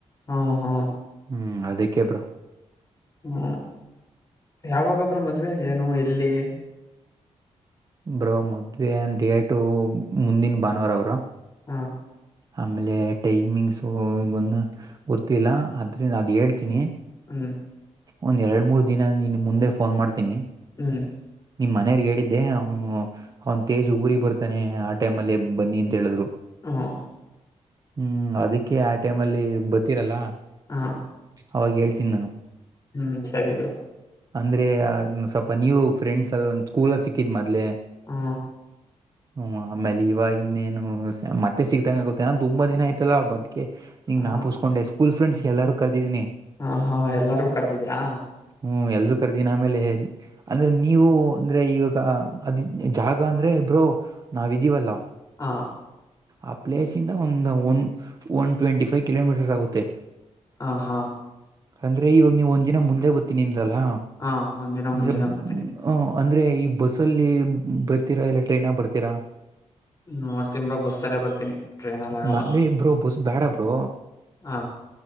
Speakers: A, on the left (about 30°); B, on the right (about 35°).
A: ಹ್ಮ ಹಾ
B: ಹ್ಮ್ ಅದಕ್ಕೆ ಬ್ರೋ
A: ಹ್ಮ ಯಾವಾಗ ಬ್ರೋ ಮದ್ವೆ ಏನು ಎಲ್ಲಿ
B: ಬ್ರೋ ಮದ್ವೆ ಡೇಐಟು ಮುಂದಿನ ಭಾನುವಾರ ಅವರು
A: ಹ
B: ಆಮೇಲೆ ಟೈಮಿಂಗ್ಸು ಈೊಂದು ಗೊತ್ತಿಲ್ಲ ಆದ್ರ ಅದ ಹೇಳ್ತೀನಿ
A: ಹ್ಮ್
B: ಒಂದ್ ಎರಡ್ ಮೂರ್ ದಿನ ನಿನ್ ಮುಂದೆ ಫೋನ್ ಮಾಡ್ತೀನಿ
A: ಹ್ಮ್
B: ನಿಮ್ ಮನೆಯಲಿ ಹೇಳಿದ್ದೆ ಹುಂ ಅವನು ಅವನ್ ತೇಜ್ ಊರಿಗೆ ಬರ್ತಾನೆ ಆ ಟೈಮ್ ಅಲ್ಲಿೇ ಬನ್ನಿ ಅಂತ ಹೇಳಿದ್ರು
A: ಹಾ
B: ಹ್ಮ್ ಅದಕ್ಕೆ ಆ ಟೈಮ್ ಅಲ್ಲಿ ಬತ್ತೀರಲ್ಲ
A: ಹ
B: ಅವಾಗ ಹೇಳ್ತೀನಿ ನಾನು
A: ಹ್ಮ್ ಸರಿ ಬ್ರೋ
B: ಅಂದ್ರೆ ಸ್ವಲ್ಪ ನೀವು ಫ್ರೆಂಡ್ಸ್ ಎಲ್ಲ ಸ್ಕೂಲ್ ಸಿಕ್ಕಿದ್ ಮದ್ಲೆ
A: ಹಾ
B: ಹ್ಮ್ ಆಮೇಲೆ ಇವವಾಗಿ ಇನ್ನೇನು ಮತ್ತೆ ಸಿಗ್ದಂಗ ಗೊತ್ತೆ ನಾನನ್ ತುಂಬಾ ದಿನ ಆಯ್ತಲ್ಲಾ ಬದ್ಕಗೆ ಇಂಗ್
A: ಹ
B: ನಾಪೂಸ್ಕೊಂಡೆ ಸ್ಕೂಲ್ ಫ್ರೆಂಡ್ಸ್ಗೆ ಎಲ್ಲು ಕದಿದೀಿನಿ
A: ಹ ಹಾ ಎಲ್ಲರಿಗೂ ಕರೆದಿದೀರಾ
B: ಹ್ಮ್ ಎಲ್ರುೂ ಕರದನಿ ಆಮೇಲೆ ಅಂದ್ರೆ ನೀವು ಅಂದ್ರೆ ಇವಾಗ ಅದ್ ಜಾಗ ಅಂದ್ರೆ ಬ್ರೋ ನಾಾವ ಇದೀವಲ್ಲ
A: ಹಾ
B: ಆ ಪ್ಲೇಸ್ ಇಂದ ಒಂದು one one twenty five kilometres ಆಗುತ್ತೆ
A: ಹ ಹಾ
B: ಅಂದ್ರೆ ಇವಾಗ ನೀವು್ ಒಂದ ದಿನ ಮುಂದೆ ಬತೀನಿಂದ್ರಲ್ಲಾ
A: ಹಾ ಒಂದ್ ದಿನ
B: ಅಂದ್ರೆ
A: ಮುಂಚೆನೆ ಬರ್ತೀನಿ
B: ಅಂದ್ರೆ ಈ ಬಸ್ಲ್ಲಿ ಬರ್ತೀರಾ ಇಲ್ಲ ಟ್ರೈನ್ ಬರ್ತೀರಾ
A: ನೀಡ್ತೀವಿ ಬ್ರೋ ಬಸ್ಸ ಅಲ್ಲೇ ಬರ್ತೀನಿ ಟ್ರೈನ್ಲ್ಲ ಆಗಲ್ಲ
B: ನಲ್ಲಿ ಬ್ರೋ ಬಸ್ ಬೇಡ ಬೋ
A: ಹಾ